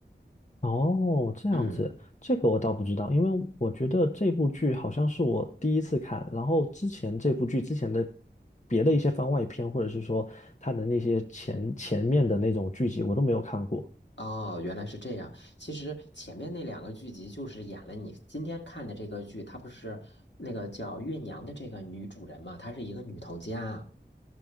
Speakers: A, on the left; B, on the left.
A: 哦，这样子，
B: 嗯。
A: 这个我倒不知道，因为我觉得这部剧好像是我第一次看，然后之前这部剧之前的别的一些番外篇，或者是说它的那些前前面的那种剧集，我都没有看过
B: 哦，原来是这样。其实前面那两个剧集就是演了你今天看的这个剧，它不是那个叫月娘的这个女主人嘛，她是一个女头家。